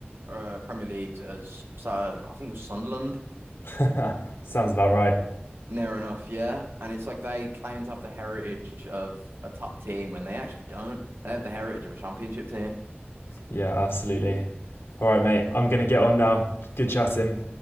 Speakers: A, on the right (about 75°); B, on the left (about 75°).
A: uh, Premier Leagues as uh, I think it was Sunderland,
B: <laughs> Sounds about right.
A: near enough. Yeah, and it's like they claim to have the heritage of a top team when they actually don't. They have the heritage of a championship team.
B: Yeah, absolutely. All right, mate. I'm gonna get on now. Good chatting.